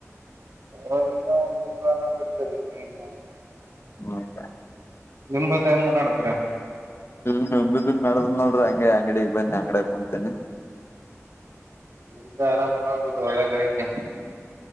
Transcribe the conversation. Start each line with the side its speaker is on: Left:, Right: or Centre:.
Right: ಹ ಇನ್ನ ಒಂದ್ ತಿಂಗಗಳಾನ ಕಡ್ತರಿ ಇನ್ನು ಏನ್ ಮಾಡತರಿ <inaudible>
Left: ಹ್ಮ್ ಸ <unintelligible>
Right: ನಿಂಬತ್ತ ಹೆಂಗ ನೋಡಿದ್ರ.
Left: ಹ ನನ್ ನಡದ್ ನೋಡ್ರಿ ಹಂಗೆ ಅಂಗಡಗ್ ಬನ್ನಿ ಅಂಗಡಕಂತೇನಿ.
Right: ಂದ ಆರಂಭ ಆಗುದು ಒಳ್ಳೆಗಕ್ಕೆ <inaudible>